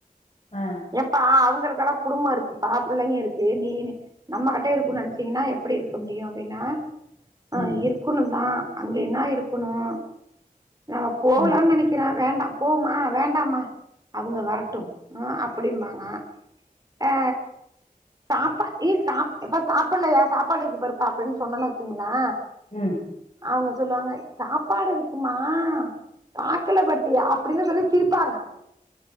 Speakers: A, on the left (about 45°); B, on the right (about 25°).
A: ஆ
B: எப்பா அவங்களுக்கெல்லா குடும்பம் இருக்குப்பா பிள்ளைங்க இருக்கு நீ நம்ம கிட்ட இருக்கனு நனச்சீங்கன்னா எப்டி இருக்க முடியும் அப்டின்னா அ
A: ம்,
B: இருக்கணும் தா அங்க என்ன இருக்கணும் நம்ம போலானு
A: ம்.
B: நெனைக்கறே வேண்டா போமா வேண்டாமா அவுங்க வரட்டு உ அப்டிம்பாங்க ஆ சாப்பா ஏய் சா இப்ப சாப்புட்லயா சாப்பாடு இருக்கு பாருப்பா அப்டின்னு சொன்னேன்னு வெச்சுகுங்களா
A: ம்
B: அவங்க சொல்லுவாங்க சாப்பாடு இருக்குமா பாக்கல பத்தியா அப்டின்னு சொல்லி சிரிப்பாங்க